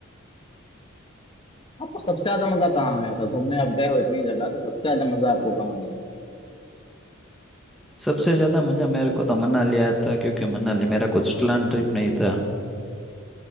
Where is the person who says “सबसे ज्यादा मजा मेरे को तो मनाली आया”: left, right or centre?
Centre